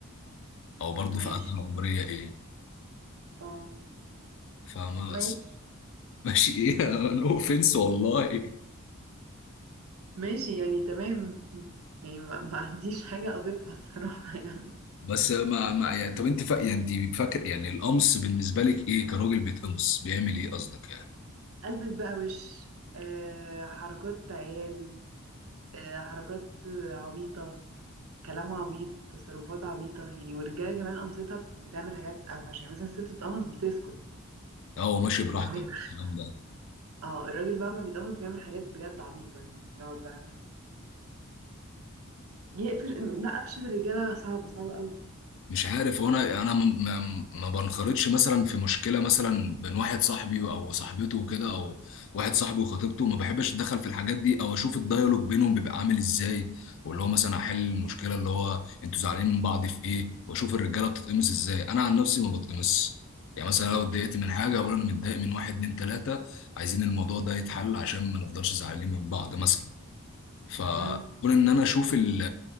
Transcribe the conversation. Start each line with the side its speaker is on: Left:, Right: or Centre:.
Left: او برضو
Right: ماشي
Left: في فتره عمريه ايه
Right: اه
Left: فاهمه
Right: ماشي
Left: بس <laughs> ماشي ايه نو اوفنس والله
Right: ماشي يعني تمام يعني ما, ما عنديش حاجه اضيفها الصراحه <laughs> يعني
Left: بس ما ما يعني طب انت فا... يعني انت فاكر يعني القمص بالنسبه لك ايه كراجل بيتقمص بيعمل ايه قصدك يعني
Right: البس بقى وش آه حركات عيال آه، حركات عبيطة كلام عبيط تصرفات عبيطة يعني والرجالة كمان قمصتها بتعمل حاجات أوحش يعني مثلا الست بتقمص بتسكت
Left: اه هو ماشي
Right: ما بتتكلمش
Left: براحتك الكلام ده
Right: اه الراجل بقى ما بيتقمص بيعمل حاجات بجد عبيطة يعني يقعد بقى يقفل لا قفشة الرجالة صعبة صعبة قوي
Left: مش عارف هو انا انا م- م- ما بنخرطش مثلا في مشكله مثلا بين واحد صاحبي او صاحبته وكده او واحد صاحبي وخطيبته ما بحبش اتدخل في الحاجات دي او اشوف الدايالوج بينهم بيبقى عامل ازاي واللي هو مثلا احل المشكله اللي هو انتوا زعلانين من بعض في ايه واشوف الرجاله بتتقمص ازاي انا عن نفسي ما بتقمص يعني مثلا لو اتضايقت من حاجه اقول انا متضايق من واحد اتنين تلاته عايزين الموضوع ده يتحل عشان ما نفضلش زعلانين من بعض مثلا فكون
Right: امم
Left: ان انا اشوف ال-